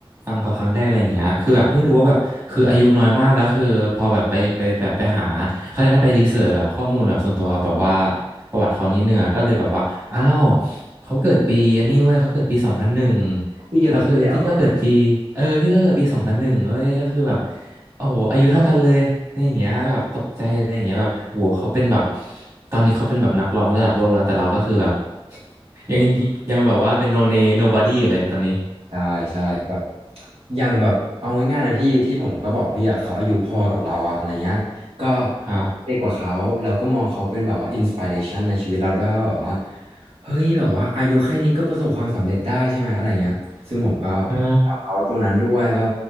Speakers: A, on the right; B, on the right.
A: ฟังเขาครั้งแรกอะไรอย่างเงี้ยคือแบบเพิ่งรู้ว่าแบบคืออายุน้อยมากแล้วคือพอแบบไปไปแบบไปหาเขาเรียกว่าไปรีเสิร์ชแบบข้อมูลแบบส่วนตัวแบบว่าประวัติเขานิดนึงอะก็เลยแบบว่าอ้าวเขาเกิดปีอันนี้เว้ยเขาเกิดปีสองพันหนึ่ง
B: พี่เดียวกับพี่เลยเหรอ
A: แล้วคือพี่ก็เกิดปีเออพี่ก็เกิดปีสองพันหนึ่งเว้ยก็คือแบบโอ้โหอายุเท่ากันเลยอะไรอย่างเงี้ยแบบตกใจอะไรอย่างเงี้ยแบบโหเขาเป็นแบบตอนนี้เขาเป็นแบบนักร้องระดับโลกแล้วแต่เราก็คือแบบ ยัง <laughs> ยังแบบว่าเป็นโนเน nobody อยู่เลยตอนนี้
B: ใช่ใช่แบบอย่างแบบเอาง่ายๆนะพี่ที่ผมก็บอกพี่อ่ะเขาอายุพอกับเราอะอะไรเงี้ยก็
A: ครับ
B: เด็กกว่าเขาเราก็มองเขาเป็นแบบว่าอินสปิเรชันในชีวิตเราด้วยว่าแบบว่าเฮ้ยแบบว่าอายุแค่นี้ก็ประสบความสำเร็จได้ใช่ไหมอะไรเงี้ยซึ่งผมก็
A: ใช่
B: ตามเขาตรงนั้นด้วยว่า